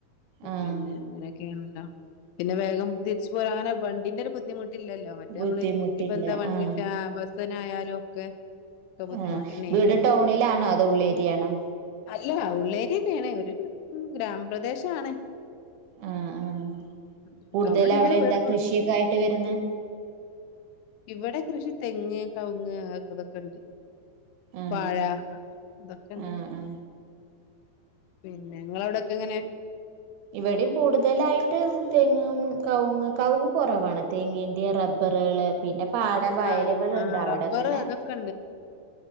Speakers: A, on the right; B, on the left.
A: ആഹ്
B: പിന്നെ അങ്ങനെയൊക്കെയാണല്ലോ പിന്നെ വേഗം തിരിച്ചു പോലും അങ്ങനെ വണ്ടിന്റെ ഒരു ബുദ്ധിമുട്ടില്ലല്ലോ മറ്റേ
A: ബുദ്ധിമുട്ടില്ല
B: നമ്മള് ഇപ്പ എന്താ വണ്ടിട്ട്
A: ആഹ്
B: കിട്ട്വോ ബസ്സിനായാലും ഒക്കെ ഒക്കെ ബുദ്ധിമുട്ട്
A: ആ
B: തന്നെയായിരുന്നു
A: വീട് ടൗണിലാണോ അതോ ഉള്ളേരിയയാണോ
B: അല്ല ഉള്ളേരിയ തന്നെയാണ് ഒരു ഗ്രാമപ്രദേശം ആണ്
A: ആഹ് ആഹ്
B: ഉ
A: കൂടുതൽ
B: തവിഴ ഇണ്ട്
A: അവിടെ
B: ഇവിടെ
A: എന്താ
B: അടുത്ത്
A: കൃഷിയൊക്കെ
B: പോ <unintelligible> <inaudible>
A: ആയിട്ട് വരുന്നെ
B: ഇവിടെ കൃഷി തെങ്ങ് കവുങ്ങ് ഇതൊക്കെുണ്ട്
A: ആഹ്
B: വാഴ അതൊക്കെ ഇണ്ട്.
A: ആഹ് ആഹ്
B: പിന്നെ ങ്ങളവിടെക്കെ എങ്ങനെ
A: ഇവിടെയും കൂടുതലായിട്ട് തെങ് കവുങ്ങ് കവുങ്ങ് കുറവാണ് തേങ്ൻ്റെ റബ്ബറുകൾ പിന്നെ പാടം വയലുകളൾണ്ട്
B: ആ ആ
A: അവിടെങ്ങനെ
B: റബ്ബർ അതൊക്കെ